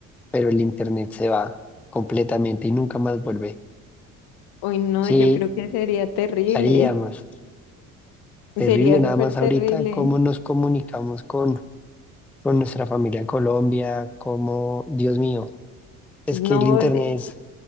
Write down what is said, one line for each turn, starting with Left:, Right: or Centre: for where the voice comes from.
Centre: pero el internet se va completamente y nunca más vuelve.
Left: Hoy no,
Centre: ¿Qué
Left: yo creo que sería terrible,
Centre: haríamos? Terrible
Left: sería
Centre: nada
Left: súper
Centre: más
Left: terrible.
Centre: ahorita, cómo nos comunicamos con, con nuestra familia en Colombia, cómo, Dios mío, es
Left: No,
Centre: que el internet
Left: de-
Centre: es,